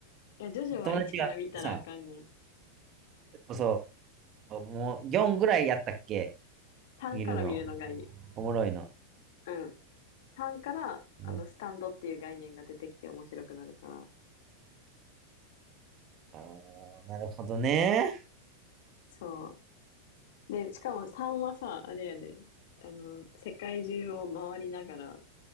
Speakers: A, on the left; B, on the right.
A: いや、ジョジョは1から見たらあかんねん。
B: 友達がさ、そうう、もう4ぐらいやったっけ
A: 3から見るのがいい。
B: 見るの。おもろいの。
A: うん。3から、あの、
B: うん、
A: スタンドっていう概念が出てきて面白くなるから。
B: ああ、なるほどね。
A: そう。で、しかも3はさ、あれやで、あの、世界中を回りながら、